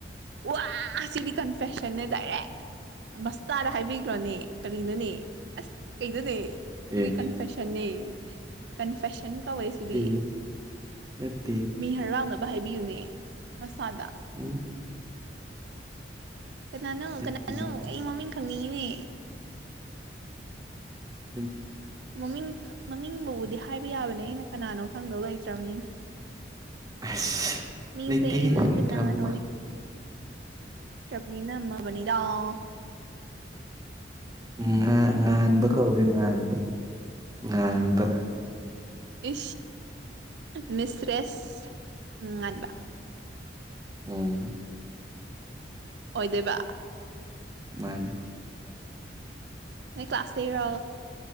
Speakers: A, on the right; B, on the right.
A: ꯋꯥ ꯁꯤꯗꯤ ꯀꯟꯐꯦꯁꯟꯅꯦ ꯇꯗꯥꯏꯔꯦ ꯃꯁꯇꯥꯥꯗ ꯍꯥꯏꯕꯤꯈ꯭ꯔꯣꯅꯦ ꯀꯔꯤꯅꯣꯅꯦ ꯑꯁ ꯀꯩꯗꯅꯦ ꯁꯤꯗꯤ
B: ꯑꯦ
A: ꯀꯟꯐꯦꯁꯟꯅꯤ ꯀꯟꯐꯦꯁꯟ ꯀꯧꯋꯦ ꯁꯤꯗꯤ
B: ꯇꯦ ꯅꯠꯇꯦ
A: ꯃꯤ ꯍꯔꯥꯎꯅꯕ ꯍꯥꯏꯕꯤꯌꯨꯅꯦ ꯁꯥꯗꯥ
B: ꯎꯝ
A: ꯀꯅꯥꯅꯣ
B: ꯅꯠꯇꯦ
A: ꯀꯅꯥꯅꯣ
B: ꯅꯠꯇꯦ
A: ꯑꯩ ꯃꯃꯤꯡ ꯈꯪꯅꯤꯡꯉꯤꯅꯦ
B: ꯎ
A: ꯃꯃꯤꯡ ꯃꯃꯤꯡꯕꯨꯕꯨꯗꯤ ꯍꯥꯏꯕ ꯌꯥꯕꯅꯦ ꯑꯩꯅ ꯀꯅꯥꯅꯣ ꯈꯪꯗꯧ ꯂꯩꯇ꯭ꯔꯕꯅꯤꯅ
B: ꯑꯁ
A: ꯃꯤꯁꯦ
B: ꯂꯩꯇꯦꯍꯦ
A: ꯉ
B: ꯁꯨꯝ
A: ꯀꯅꯥꯅ
B: ꯊꯝꯕ ꯋꯥꯅꯤ
A: ꯅꯤꯅ ꯃꯃ ꯃꯅꯤꯗꯥꯥ
B: ꯉ ꯉꯥꯟꯕꯕ ꯀꯧꯋꯤ ꯉꯕ ꯉꯥꯟꯕꯕ
A: ꯏ ꯃꯤꯁ꯭ꯔꯦꯁ ꯎ ꯉꯥꯟꯕꯥꯟꯕ
B: ꯎꯝ
A: ꯑꯣꯏꯗꯣꯏꯕ
B: ꯃꯥꯅꯤ
A: ꯅꯣꯏ ꯀ꯭ꯂꯥꯁꯇꯔ